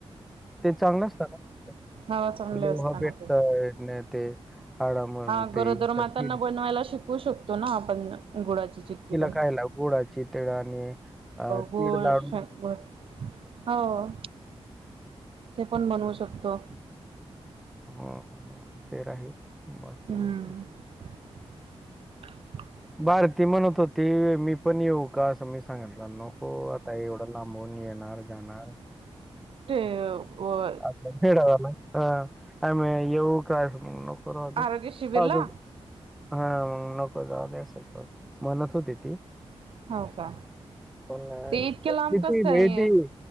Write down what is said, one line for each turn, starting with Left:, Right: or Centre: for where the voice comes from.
Centre: ते चांगलं असतं का
Right: हवा चांगले
Centre: लोह
Right: असताना
Centre: भेटत
Right: ते
Centre: अन
Right: पण
Centre: ते हाडं मजबूत
Right: हा गरोदर
Centre: आहे.
Right: मातांना
Centre: तिळ
Right: बनवायला शिकवू शकतो ना आपण गुळची चक्की.
Centre: तिला
Right: हं
Centre: खायला गुळाची तीळ आणि अ, तीळ
Right: गोड
Centre: लाडू
Right: बरं हो ते पण बनवू शकतो.
Centre: ह ह ते राहीलं बाकी
Right: हम्म
Centre: बसलो.
Right: <inaudible>
Centre: भारती म्हणतं होती, मी पण येऊ का असं सांगितलं नको आता एवढं लांबवून येणार जाणार
Right: हो व
Centre: हा येऊ काय नको
Right: आरोग्य शिबिरला
Centre: <unintelligible> हा मग नको जाऊ द्या म्हणतं होती ती
Right: हो का,
Centre: पण नाही
Right: ते
Centre: आली
Right: इतक्या
Centre: का
Right: लांब कस काय
Centre: इथं